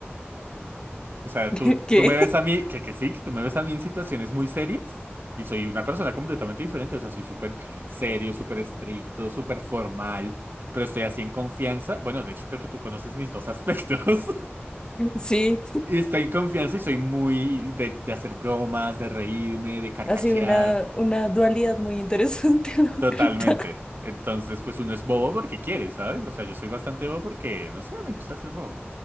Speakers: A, on the right (about 55°); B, on the left (about 20°).
A: O sea,
B: <laughs>
A: tú,
B: ¿Qué?
A: tú me ves a mí, que, que sí, que tú me ves a mí en situaciones muy serias y soy una persona completamente diferente. O sea, soy súper serio, súper estricto, súper formal, pero estoy así en confianza. Bueno, de hecho creo que tú conoces mis dos aspectos. <laughs>
B: Sí,
A: Y estoy en confianza y soy muy de, de hacer bromas, de reírme, de carcajear.
B: ha sido una, una dualidad muy interesante, <laughs> la
A: Totalmente.
B: verdad.
A: Entonces, pues uno es bobo porque quiere, ¿sabes? O sea, yo soy bastante bobo porque, no sé, me gusta ser bobo.